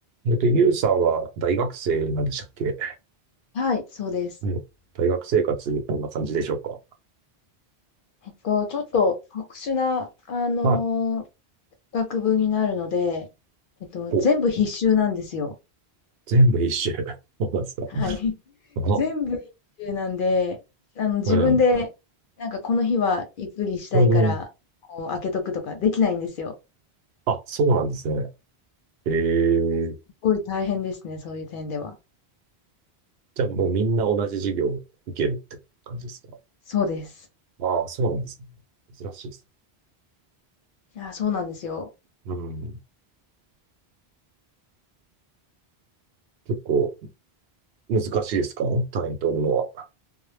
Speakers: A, on the right; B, on the left.
A: えっと、ゆうさんは大学生なんでしたっけ
B: はい、そうです。
A: うん。大学生活、こんな感じでしょうか
B: えっと、ちょっと特殊な、あの、
A: はい。
B: 学部になるので、えっと、
A: お、
B: 全部必修なんですよ。
A: 全部一周。<laughs> そうなんですか。
B: はい。<laughs>
A: あ、
B: 全部必修なんで、あの、自分で、
A: うん。
B: なんかこの日はゆっくりしたいから、
A: うんうん。
B: こう、開けとくとかできないんですよ。
A: あ、そうなんですね。え
B: すごい大変ですね、
A: え
B: そういう点では。
A: じゃあもうみんな同じ授業を受けるって感じですか
B: そうです。
A: ああ、そうなんですね。珍しいですね。
B: いや、そうなんですよ。
A: うん。結構難しいですか単位取るのは。